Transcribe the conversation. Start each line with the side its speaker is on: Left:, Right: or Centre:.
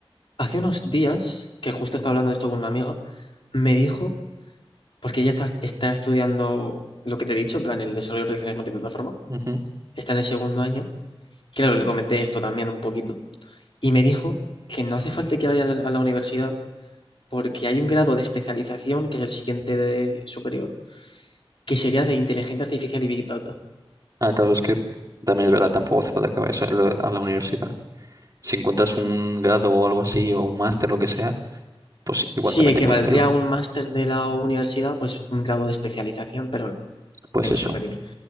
Left: hace unos días, que justo estaba hablando de esto con una amiga, me dijo Porque ella está, está estudiando lo que te he dicho, en plan, el desarrollo de aplicaciones multiplataforma.
Right: Ujú.
Left: Está en el segundo año. Claro, le comenté esto también un poquito. Y me dijo que no hace falta que vaya a la, a la universidad porque hay un grado de especialización, que es el siguiente de superior, que sería de inteligencia artificial y Big Data.
Right: Ah, claro, es que también es verdad, tampoco hace falta que vayas a la a la universidad. Si encuentras un grado o algo así, o un máster, lo que sea, pues
Left: Sí,
Right: igual también
Left: que
Right: te cunde
Left: valdría
Right: hacerlo.
Left: un máster de la universidad, pues un grado de especialización, pero en
Right: Pues
Left: en
Right: eso.
Left: superior.